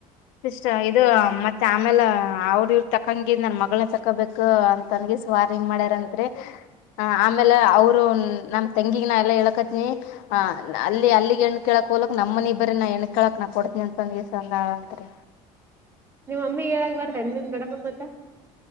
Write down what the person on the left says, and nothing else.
ಇಷ್ಟ ಇದು ಮತ್ತೆ ಆಮೇಲೆ ಅವ್ರ ಇವ್ರ ತಕಂಗಿದ್ ನನ್ ಮಗಳನ್ನ ತಕೊಬೇಕು ಅಂತನ್ಗ ಸ್ವಾರಿ ನೋಡೋಣ ಅಂದ್ರೆ ಹ ಆಮೇಲೆ ಅವರು ನಮ್ ತೆಂಗಿಗನ ಎಲ್ಲ ಎಳಕತ್ನಿ ಆ ಅಲ್ಲಿ ಅಲ್ಲಿಗೆ ಹೆಣ ಕೆಳ ಕೋಲಕ್ ನಮ್ಮನಿ ಬರಿ ನ ಎಣನ್ ಕಳಕ್ ನಾ ಕೊಡ್ತನಿ ಅಂತ ಒಂದಸಂದ ಅಂತತ್ರಿ